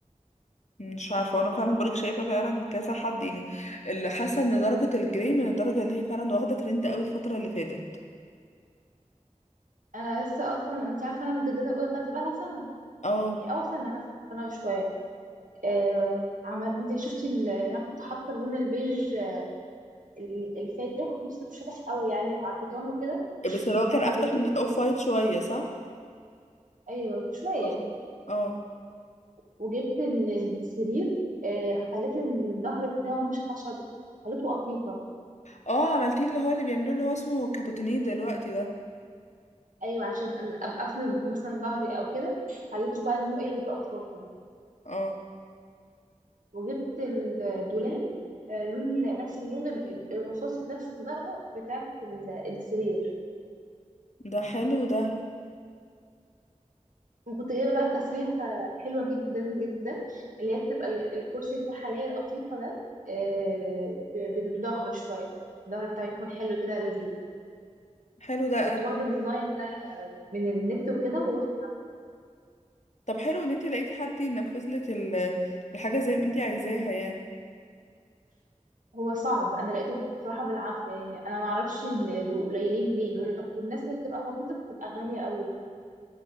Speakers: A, on the left; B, on the right.
A: مش عارفة وانا فعلا بقولك شايفة فعلا كذا حد يعني اللي حاسة ان درجة الجري من الدرجة اللي هي فعلا واخدة ترند قوي الفترة اللي فاتت
B: أنا لسه أصلا أنت عارفة أنا مجددة الأوضة بتاعتي بقالها سنة
A: اه
B: يعني أو سنة مثلا سنة وشوية آه، عمل أنت شفتي ال- أنا كنت حاطة اللون البيج ال- الفاتح مش مش فاتح قوي يعني على الحيطان وكده
A: بس اللي هو كان
B: وخليته
A: افتح من الاوف وايت شوية صح؟
B: أيوه شوية
A: اه اه
B: وجبت ال- السرير آه، خليت الظهر بتاعه مش خشب خليته قطيفة
A: اه عملتيه اللي هو اللي بيعملوه اللي هو اسمه كابوتينيه دلوقتي ده
B: ايوه عشان أن- ابقى اسند مثلا ظهري او كده خليته بقى لونه ايه يبقى اطرافي
A: اه
B: وجبت الدولاب آه، لون نفس اللون ال- الرصاصي بنفس الدرجه بتاعه ال- السرير
A: ده حلو ده
B: وكنت جايبه بقى التسريحه حلوه جدا جدا اللي هي بتبقى ال- الكرسي بتاعها اللي هي القطيفه ده آه، ب- بالظهر شويه الظهر بتاعه يكون حلو كده لذيذ
A: حلو ده
B: كنت واخده الديزاين ده من النت وكده ورحت
A: طب حلو ان انت لقيتي حد ينفذ لك ال- الحاجه زي ما انت عايزاها يعني
B: هو صعب انا لقيته بصراحه بالعافيه يعني انا ما اعرفش بيبقوا قليلين ليه وب- والناس اللي بتبقى موجوده بتبقى غاليه قوي